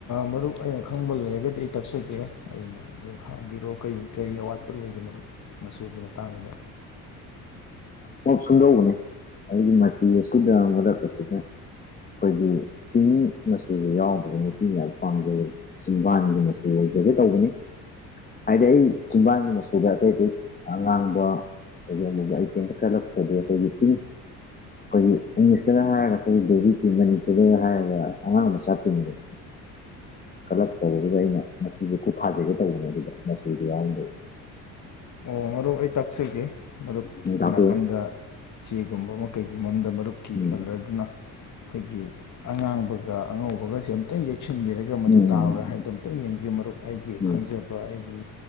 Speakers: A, on the left (about 40°); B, on the left (about 20°).
A: ꯃꯔꯨꯞ ꯑꯩꯅ ꯈꯪꯕ ꯂꯩꯔꯒꯗꯤ ꯑꯩ ꯇꯥꯛꯆꯒꯦ ꯑꯩꯅ ꯍꯥꯡꯕꯤꯔꯑꯣ ꯀꯔꯤ ꯀꯔꯤ ꯑꯋꯥꯠꯄ ꯂꯩ ꯑꯩꯒꯤ ꯃꯔꯨꯞ ꯃꯆꯨꯒꯤ ꯃꯇꯥꯡꯗꯨꯗ
B: ꯄꯣꯞ ꯁꯨꯡꯗꯧꯕꯅꯦ ꯑꯩꯒꯤ ꯃꯆꯨ ꯑꯁꯤꯗ ꯃꯔꯛ ꯑꯁꯤꯗ ꯑꯩꯈꯣꯏꯒꯤ ꯇꯤꯅꯤ ꯃꯆꯨꯗ ꯌꯥꯎꯗ꯭ꯔ ꯅꯨꯄꯤ ꯃꯌꯥꯝ ꯄꯥꯝꯖꯩ ꯁꯤꯁꯤꯡꯕꯥꯟꯒꯤ ꯃꯆꯨ ꯑꯣꯏ ꯐꯖꯗꯦ ꯇꯧꯕꯅꯤ ꯍꯥꯏꯗꯤ ꯑꯩ ꯆꯤꯡꯕꯥꯟꯒꯤ ꯃꯆꯨꯗ ꯑꯇꯩ ꯑꯇꯩ ꯑꯉꯥꯡꯕ ꯀꯩꯗꯧꯕ ꯑꯩ ꯀꯦꯟ ꯀꯂꯛꯁꯦ ꯂꯩꯦꯇꯒꯤꯇ ꯑꯩꯈꯣꯏꯒꯤ ꯏꯪꯂꯤꯁꯇꯒ ꯍꯥꯏꯔꯒ ꯑꯩꯈꯣꯏꯒꯤ ꯦꯚ ꯄꯤ ꯃꯅꯤꯄꯨꯔꯗꯒ ꯍꯥꯏꯔꯒ ꯑꯉꯥꯡ ꯃꯆꯥ ꯄꯤꯉ
A: <unintelligible>
B: ꯀꯂꯞꯆꯧꯕꯗꯨꯗ ꯑꯩꯅ ꯃꯁꯤꯁꯦ ꯀꯣꯠꯊꯥꯖꯒꯦ ꯇꯧꯕꯅꯦ ꯑꯗꯨꯗ ꯃꯆꯗꯤ ꯌꯥꯎꯝꯗꯦ
A: ꯎꯝ ꯑꯩ ꯇꯥꯛꯆꯒꯦ ꯃꯔꯨꯞꯀꯤ
B: ꯎꯝ ꯇꯥꯛꯄꯤꯌꯣ
A: ꯅꯥꯀꯟꯗ ꯆꯦꯒꯨꯝꯕ ꯑꯃ ꯀꯩꯒꯨꯝꯕ ꯑꯃꯝꯗ ꯃꯔꯨꯞꯀꯤ
B: ꯎꯝ
A: ꯀꯂꯔꯗꯨꯅ ꯑꯩꯈꯣꯏꯒꯤ ꯑꯉꯥꯡꯕꯒ ꯑꯉꯧꯕꯒꯁꯦ ꯑꯝꯇ ꯆꯛꯁꯤꯟꯕꯤꯔꯒ ꯃꯗꯨ
B: ꯎꯝ
A: ꯇꯥꯕ꯭ꯔꯥ ꯍꯥꯏꯕꯗꯣ ꯑꯃꯨꯛꯇꯪ ꯌꯦꯡꯕꯤꯌꯨ ꯃꯔꯨꯞ ꯑꯩꯒꯤ
B: ꯎꯝ
A: ꯈꯪꯖꯕ ꯑꯩꯒꯤ